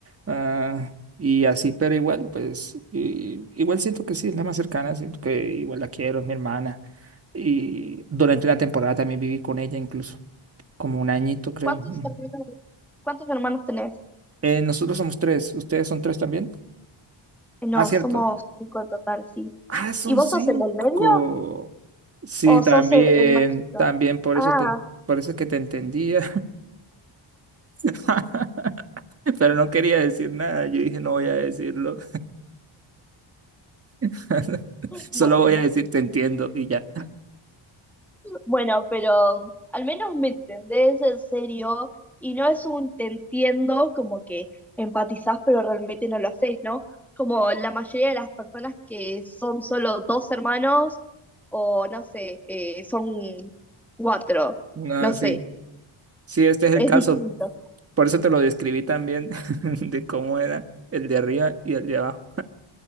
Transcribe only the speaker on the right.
Ah, y así, pero igual, pues, y- igual siento que sí, es la más cercana, siento que igual la quiero, es mi hermana. Y durante una temporada también viví con ella incluso como un añito, creo.
Mm.
Eh, nosotros somos tres. ¿Ustedes son tres también?
Ah, cierto.
Ah, son
cinco.
Sí,
también,
también, por
eso te, por eso es que te entendía. <laughs> Pero no quería decir nada. Yo dije, no voy a decirlo. <laughs> Solo
voy a decir, te entiendo y ya.
No,
sí.
Sí, este es el
caso.
Por eso te lo describí también, <laughs> de cómo era el de arriba y el de abajo